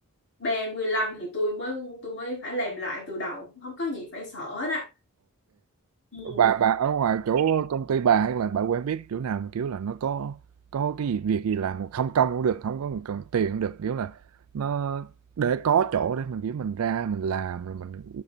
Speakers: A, on the left; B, on the right.
A: 35 thì tôi mới tôi mới phải làm lại từ đầu không có gì phải sợ hết á ừ.
B: bà bà ở ngoài chỗ công ty bà hay là bà quen biết chỗ nào mà kiểu là nó có có cái gì việc gì làm mà không công cũng được không có cần tiền cũng được kiểu là nó để có chỗ để mình kiểu mình ra mình làm rồi mình